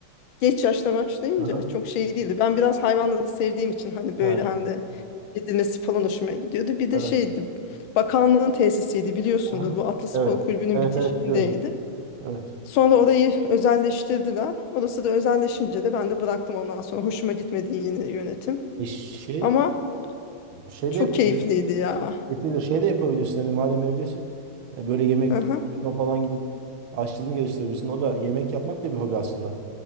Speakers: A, on the left; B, on the right.
A: geç yaşta başlayınca
B: Aha.
A: çok şey değildi. Ben biraz hayvanları sevdiğim için hani böyle
B: Ha,
A: hem de edilmesi falan hoşuma gidiyordu. Bir de
B: evet.
A: şeydi bakanlığın tesisiydi biliyorsundur
B: Aha.
A: bu Atlı Spor
B: Evet.
A: Kulübü'nün
B: Evet
A: bitişiğindeydi.
B: evet biliyorum. Evet.
A: Sonra orayı özelleştirdiler. Orası da özelleşince de ben de bıraktım ondan sonra hoşuma gitmedi yine yönetim.
B: E şey
A: Ama
B: Şey
A: çok
B: de yapabilirsin.
A: keyifliydi ya.
B: yetilir. Şey de yapabilirsin. Hani madem evdesin. e, Böyle yemek
A: Hı hı.
B: kursuna falan gidip aşçılığını geliştirebilirsin. O da yemek yapmak da bir hobi aslında.